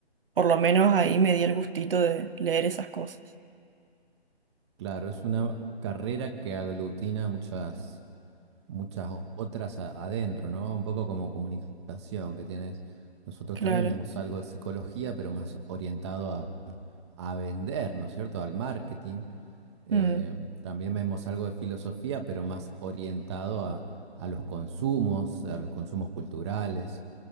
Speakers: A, on the right (about 60°); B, on the right (about 25°).
A: por lo menos ahí me di el gustito de leer esas cosas.
B: Claro, es una carrera que aglutina muchas muchas o- otras a- adentro, ¿no? Un poco como comunicación que tienes. Nosotros
A: Claro,
B: también vemos algo de psicología, pero más orientado a, a vender, ¿no es cierto? Al marketing. Eh,
A: mm,
B: también vemos algo de filosofía, pero más orientado a, a los consumos, a los consumos culturales.